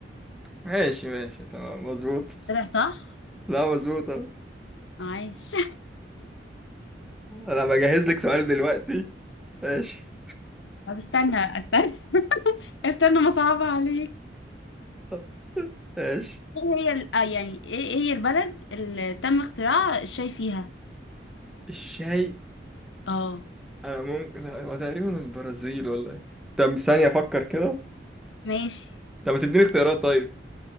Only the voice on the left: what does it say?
طلع صح
عايش <laughs>
طب استنى استنى <laughs> استنى ما صعب عليك
ايه هي ال... آه يعني ايه إيه هي البلد اللي تم اختراع الشاي فيها
اه
ماشي